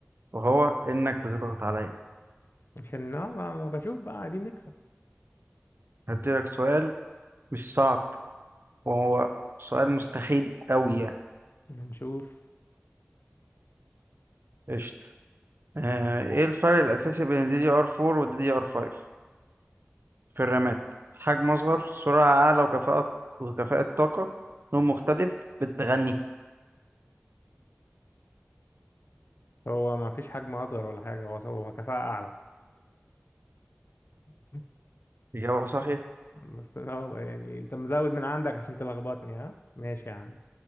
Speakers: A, on the right; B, on the left.
A: وهو انك بتضغط عليا
B: عشان أه ما ما بشوف بقى عايزين نكسب
A: هديلك سؤال مش صعب وهو سؤال مستحيل قوي يعني
B: هنشوف
A: قشطة آه ايه الفرق الاساسي بين الدي دي ار 4 والدي دي ار 5 في الرامات حجم أصغر سرعة أعلى وكفاءة وكفاءة طاقة لون مختلف بتغني
B: هو ما فيش حجم أصغر ولا حاجة هو هو كفاءة أعلى <laughs>
A: إجابة صحيحة
B: بس أنا هو يعني أنت مزود من عندك عشان تلخبطني ها ماشي يا عم